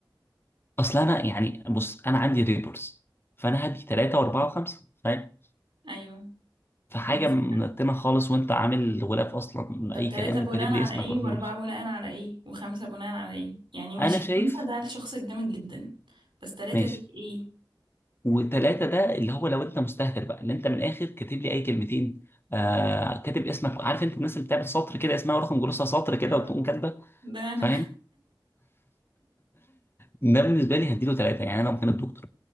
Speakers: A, on the left; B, on the right.
A: اصل انا يعني بص انا عندي ريبورتس فانا هدي ثلاثه واربعه وخمسه فاهم
B: ايوه
A: فحاجه
B: بس
A: منتنه خالص وانت عامل غلاف اصلا
B: طب
A: اي
B: تلاتة
A: كلام
B: بناء
A: وكاتب لي
B: على
A: اسمك
B: ايه
A: ورقم
B: واربعة
A: جلوس
B: بناء على ايه وخمسة بناء على ايه يعني ماشي
A: انا شايف
B: خمسة ده الشخص الجامد جدا بس تلاتة
A: ماشي
B: دي ايه
A: وثلاثه ده اللي هو لو انت مستهتر بقى اللي انت من الاخر كاتب لي اي كلمتين آه كاتب اسمك عارف انت الناس اللي بتعمل سطر كده اسمها ورقم جلوسها سطر كده
B: اه
A: وتقوم كاتبه
B: ده انا
A: فاهم ده بالنسبه لي هديله ثلاثه يعني انا ممكن الدكتور